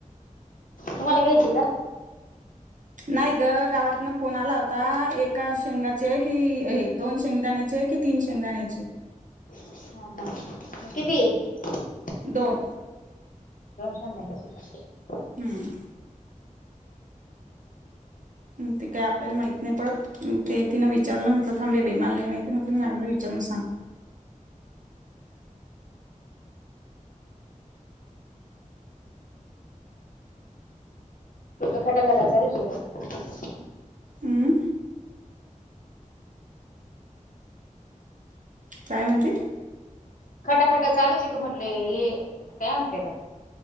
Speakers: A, on the left; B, on the right.
A: तुम्हाला घ्यायची का?
B: नाही ग गावातनं फोन आला होता एका शेंगाचे की हे दोन शेंगदाण्याचे की तीन शेंगदाण्याचे?
A: ह ह किती?
B: दोन
A: <inaudible>
B: हम्म मग ते काय आपल्याला माहित नाही पडत ते तिनं विचारलं मग थांब बाई मला नाही माहि म्हटलं मी मॅडमला विचारून सांग
A: ठी खटा खटा चालू ठीक आहे
B: हमंम काय म्हणती
A: खटाखटा चालूच आहे का म्हटले हे काय म्हगला